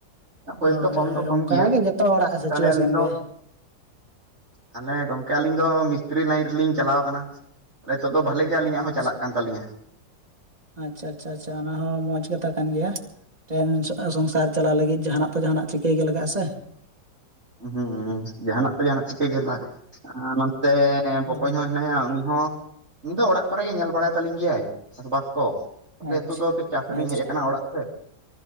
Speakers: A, on the right; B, on the right.
A: ᱵᱚᱭᱮᱥ
B: ᱦᱳᱭ
A: ᱫᱚ ᱠᱚᱢ
B: ᱦᱳᱭ
A: ᱫᱚ ᱠᱚᱢ
B: ᱚᱱᱠᱟ
A: ᱜᱮᱭᱟ
B: ᱜᱮ ᱡᱚᱛᱚ ᱦᱚᱲᱟᱜ ᱥᱤᱪᱩᱭᱮᱥᱚᱱ
A: ᱛᱟᱦᱞᱮ ᱟᱹᱞᱤᱧ ᱫᱚ
B: ᱜᱮ
A: ᱛᱟᱦᱚᱞᱮ ᱜᱚᱝᱠᱮ ᱟᱹᱞᱤᱧ ᱫᱚ ᱢᱤᱥᱛᱤᱨᱨᱤ ᱞᱟᱭᱤᱱ ᱨᱮᱞᱤᱧ ᱪᱟᱞᱟᱣ ᱠᱟᱱᱟ ᱱᱤᱛᱚᱜ ᱫᱚ ᱵᱷᱟᱞᱮ ᱟᱞᱤᱧᱟᱜ
B: ᱟᱪᱪᱷᱟ
A: ᱦᱚᱸ ᱪᱟᱞᱟᱜ ᱠᱟᱱ ᱛᱟᱹᱞᱤᱧᱟ,
B: ᱟᱪᱪᱷᱟ ᱟᱪᱪᱷᱟ ᱟᱪᱪᱷᱟ ᱚᱱᱟ ᱦᱚᱸ ᱢᱚᱸᱡᱽ ᱠᱟᱛᱷᱟ ᱠᱟᱱ ᱜᱮᱭᱟ᱾ ᱴᱮᱱ ᱥᱚᱜ ᱥᱚᱝᱥᱟᱨ ᱪᱟᱞᱟᱣ ᱞᱟᱹᱜᱤᱫ ᱡᱟᱦᱟᱸᱱᱟᱜ ᱛᱚ ᱡᱟᱦᱟᱸᱱᱟᱜ ᱛᱚ ᱪᱤᱠᱟᱹᱭ ᱜᱮ ᱞᱟᱜᱟᱜᱼᱟ ᱥᱮ᱾
A: ᱦᱸ ᱡᱟᱦᱟᱸᱱᱟᱜ ᱛᱚ ᱡᱟᱦᱟᱸᱱᱟᱜ ᱪᱤᱠᱟᱹᱭ ᱜᱮᱞᱟ ᱱᱚᱱᱛᱮ
B: ᱦᱳᱭ
A: ᱵᱚᱠᱚᱧ ᱦᱚᱸᱭ ᱢᱮᱱᱟᱭᱟ ᱩᱱᱤ ᱦᱚᱸ, ᱩᱱᱤ ᱫᱚ ᱚᱲᱟᱜ ᱠᱚᱨᱮ ᱜᱮ ᱧᱮᱞ ᱵᱟᱲᱟᱭ ᱛᱟᱞᱤᱧ ᱜᱮᱭᱟᱭ ᱪᱟᱥᱵᱟᱥ ᱠᱚ᱾ ᱛᱟᱦᱞᱮ
B: ᱟᱪᱪᱷᱟ
A: ᱱᱤᱛᱚᱜᱷᱚ ᱫᱚ ᱠᱟᱹᱡ ᱪᱟᱥ ᱨᱮᱧ
B: ᱟᱪᱪᱷᱟ
A: ᱦᱮᱡ ᱟᱠᱟᱱᱟ ᱚᱲᱟᱜ ᱥᱮᱫ᱾